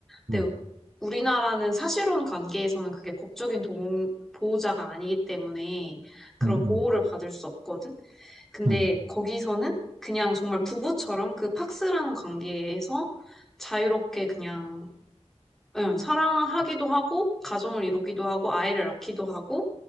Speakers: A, in the centre; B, on the right (about 60°).
A: 근데
B: 응.
A: 우리나라는 사실혼 관계에서는 그게 법적인 동, 보호자가 아니기 때문에 그런
B: 음,
A: 보호를
B: 음,
A: 받을 수 없거든. 근데
B: 음,
A: 거기서는 그냥 정말 부부처럼 그 팍스라는 관계에서 자유롭게 그냥 응, 사랑하기도 하고 가정을 이루기도 하고 아이를 낳기도 하고